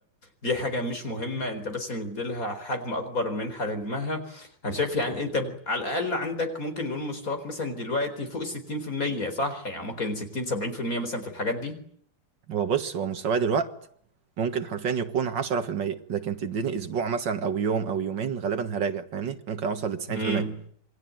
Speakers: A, on the left; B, on the right.
A: دي حاجه مش مهمه انت بس مديلها حجم اكبر من حجمها انا شايف يعني انت ب- على الاقل عندك ممكن نقول مستواك مثلا دلوقتي فوق ال 60% صح يعني ممكن 60 70% مثلا في الحاجات دي
B: هو بص هو مستواه دلوقت ممكن حرفيا يكون عشرة في المية لكن تديني أسبوع مثلا أو يوم أو يومين غالبا هراجع فاهمني ممكن أوصل لتسعين
A: امم
B: في المية